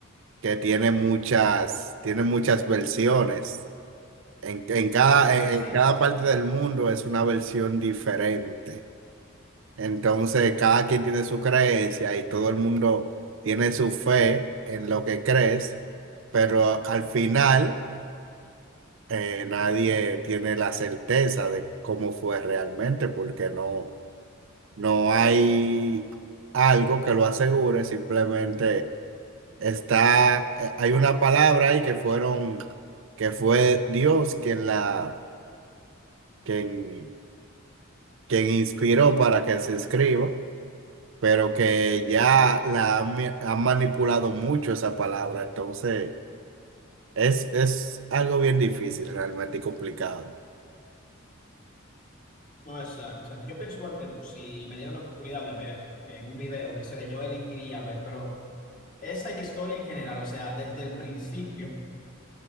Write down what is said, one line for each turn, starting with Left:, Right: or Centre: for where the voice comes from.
Right: que tiene muchas, tiene muchas versiones En, en cada,
Left: Mm,
Right: en
Left: Así
Right: en
Left: es.
Right: cada parte del mundo es una versión diferente. Entonces, cada quien tiene su creencia y todo el mundo tiene su fe en lo que crees, pero al final eh, nadie tiene la certeza de cómo fue realmente, porque no, no hay algo que lo asegure, simplemente está, eh, hay una palabra ahí que fueron, que fue Dios quien la, quien quien inspiró para que se escriba, pero que ya
Left: Sí.
Right: la han, mi- han manipulado mucho esa palabra, entonces es, es algo bien difícil realmente y complicado.
Left: No, exacto. O sea, que yo pienso igual que tú. Si me dieran la oportunidad de ver en un video la historia, yo elegiría ver, pero esa historia en general, o sea, desde el principio,